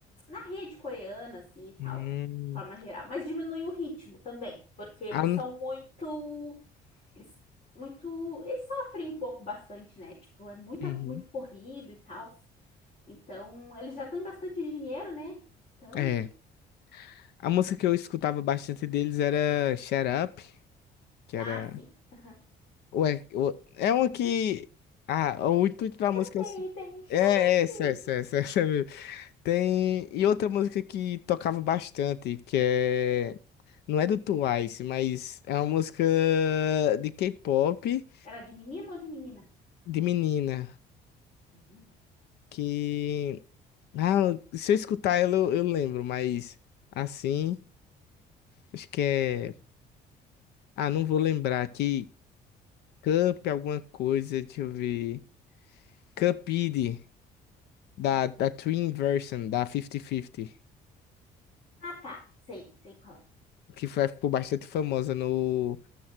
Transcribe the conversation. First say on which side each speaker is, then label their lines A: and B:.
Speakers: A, on the left; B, on the left.
A: na rede coreana, assim, e tal,
B: Hum.
A: de forma geral. Mas diminui o ritmo também, porque eles
B: A,
A: são muito... Eles, muito, eles sofrem um pouco bastante, né? Tipo, é muita,
B: uhum.
A: muito corrido e tal. Então, eles já têm bastante dinheiro, né? Então,
B: É. A música que eu escutava bastante deles era Shut Up, que
A: ah,
B: era.
A: sim. Aham.
B: Ué, o- é uma que. Ah, o intuito da música.
A: Baby, shut
B: É, é,
A: up,
B: é, essa, essa, essa, <laughs> essa mesmo. Tem. E outra música que tocava bastante, que é. Não é do Twice, mas é uma música de K-pop
A: Era de menino ou de menina?
B: de menina.
A: De menina.
B: Que. Ah, se eu escutar ela, eu, eu lembro, mas assim. Acho que é. Ah, não vou lembrar. Que Cup, alguma coisa, deixa eu ver. Cupid. da,
A: Cup.
B: da Twin Version, da 50-50,
A: Ah, tá. Sei, sei qual é.
B: que foi, ficou bastante famosa no,